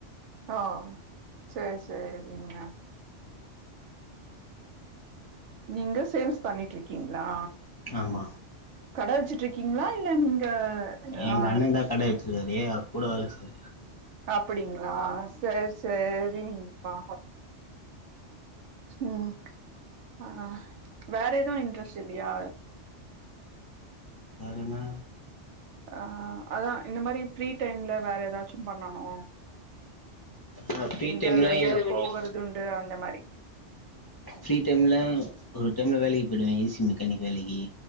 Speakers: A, on the right; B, on the left.
A: ஓ சேர் சேரிங்க நீங்க சேல்ஸ் பண்ணிட்ருக்கீங்ளா
B: ஆமா
A: கட வெச்சிட்ருக்கீங்ளா இல்ல நீங்க
B: எங்க
A: ஆ
B: அண்ணந்தா கட வெச்சிருக்காரு அவர் கூட வேல செய்ற
A: அப்டிங்களா செரி செரிங்ப்பா ம் ஆ வேற எதுவு இன்ட்ரெஸ்ட் இல்லியா
B: வேறனா
A: ஆ அதா இந்த மாரி ஃப்ரீ டைம்ல வேற எதாச்சு பண்ணணு
B: ஆ ஃப்ரீ
A: எங்கேயாவது
B: டைம்ல <inaudible>
A: வெளிய போகறதுண்டு அந்த மாரி
B: ஃப்ரீ டைம்ல ஒரு டைம்ல வேலைக்கி போய்டுவே ஏ சி மெக்கானிக் வேலைக்கி